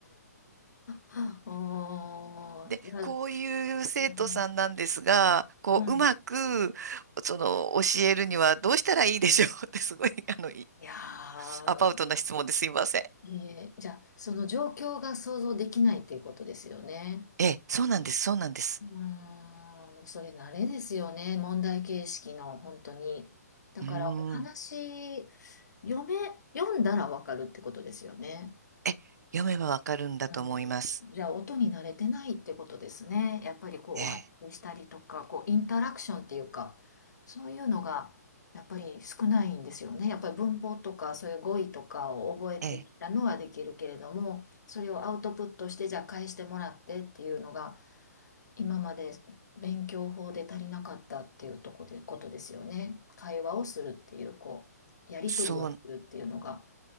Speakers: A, on the left; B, on the right.
A: あおー、
B: で、
A: じゃあ、
B: こういう生徒さんなんですが、
A: うん
B: こう、
A: はい。
B: うまく、その、教えるにはどうしたらいいでしょうって、すごい、あの、い
A: いやー
B: アバウトな質問ですいません。
A: えーじゃあ、その状況が想像できないっていうことですよね。
B: ええ、そうなんです、そうなんです。
A: うーん、もうそれ慣れですよね。問題形式の、本当に。だから、
B: うーん。
A: お話、読め、読んだらわかるってことですよね。
B: え、読めばわかるんだと思います。
A: あの、じゃあ音に慣れてないってことですね。やっぱりこうお話ししたりとか、
B: ええ、
A: こうインタラクションっていうか、そういうのがやっぱり少ないんですよね。やっぱり文法とかそういう語彙とかを覚えてきたのはできるけれども、
B: ええ、
A: それをアウトプットしてじゃあ返してもらってっていうのが今まで勉強法で足りなかったっていうとこで、ことですよね。会話をするっていう、こう、やり取りをするっていうのが
B: そう、